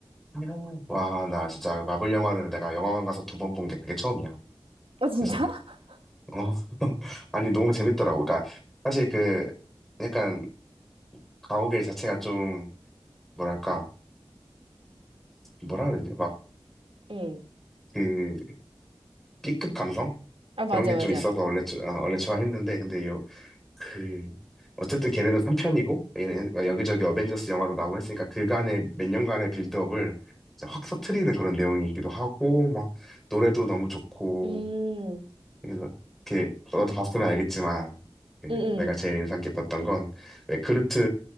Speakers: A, in the centre; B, on the right.
A: 음. 와, 나 진짜 마블 영화를 내가 영화관 가서 두 번 본 게 그게 처음이야.
B: 아, 진짜?
A: 그래서,
B: <laughs>
A: 어, <laughs> 아니, 너무 재밌더라고. 그러니까, 사실 그, 약간, 가오갤 자체가 좀, 뭐랄까, 뭐라 그래야 되지? 막,
B: 응.
A: 그, B급 감성?
B: 아, 맞아,
A: 그런 게
B: 맞아.
A: 좀 있어서 원래, 좋- 아, 원래 좋아했는데, 근데 요, 그, 어쨌든 걔네도 3편이고, 여기저기 어벤져스 영화도 나오고 했으니까, 그간의 몇 년간의 빌드업을 진짜 확 터트리는 그런 내용이기도 하고, 막, 노래도 너무 좋고,
B: 음,
A: 그래서 이렇게 너도 봤으면 알겠지만 그
B: 응,
A: 내가
B: 응.
A: 제일 인상 깊었던 건 왜 그루트